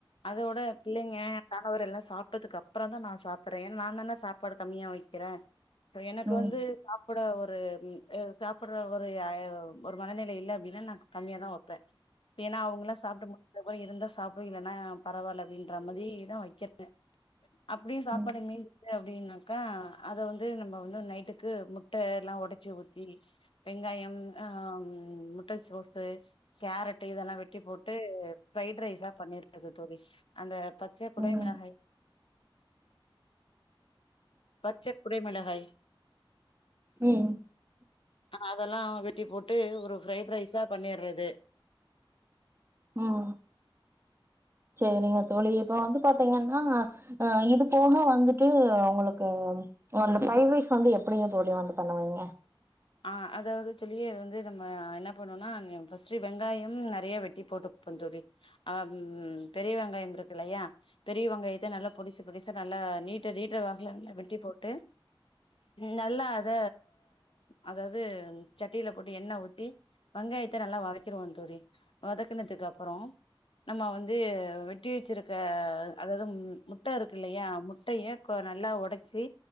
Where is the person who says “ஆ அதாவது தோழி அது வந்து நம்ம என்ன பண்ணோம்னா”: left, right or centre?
Left